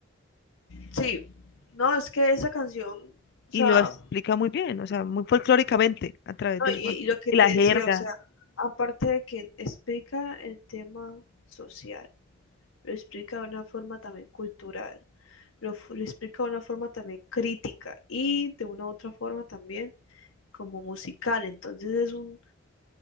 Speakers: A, on the left; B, on the left.
A: sí, no, es que esa canción, o
B: y
A: sea,
B: lo explica
A: no,
B: muy bien, o sea, muy folclóricamente a través del
A: y,
B: folclore.
A: y lo que
B: Y
A: te
B: la jerga.
A: decía, o sea, aparte de que explica el tema social, lo explica de una forma también cultural, lo, lo, explica de una forma también crítica y de una u otra forma también como musical. Entonces es un